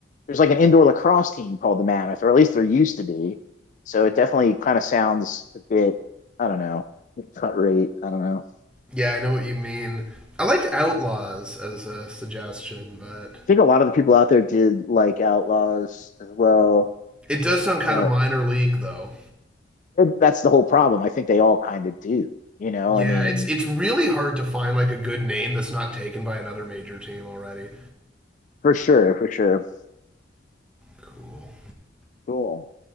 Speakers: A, on the left; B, in the centre.
A: there's like an indoor lacrosse team called the Mammoth, or at least there used to be. So it definitely kind of sounds a bit. I don't know cut rate. I don't know. I
B: Yeah, I know what you mean. I liked Outlaws as a suggestion, but
A: think a lot of the people out there did like Outlaws as well.
B: it does sound kind
A: But
B: of minor league though.
A: that's the whole problem. I think they all kind of do. You know,
B: Yeah,
A: I mean,
B: it's it's really hard to find like a good name that's not taken by another major team already.
A: for sure, for sure.
B: Cool.
A: Cool.